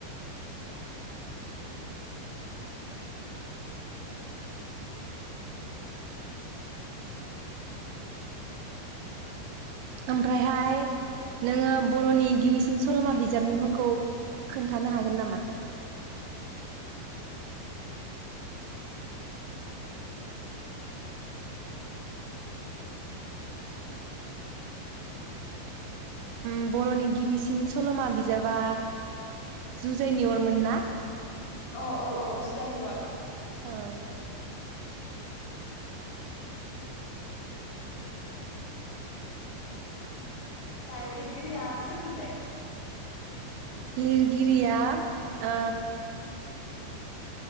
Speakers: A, on the right; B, on the left.
A: ओमफ्राय हाय नोङो बरनि गिबिसिन सलमा बिजाबनि मुं खौ खोन्थानो हागोन नामा? उम बर'नि गिबिसिन सलमा बिजाबा जुजायनि अरमोन ना?
B: औ औ औ जिुजायनि अर।
A: औ
B: ओमफ्राय लिरगिरिया सोरमोनथाय?
A: लिरगिरिया ओ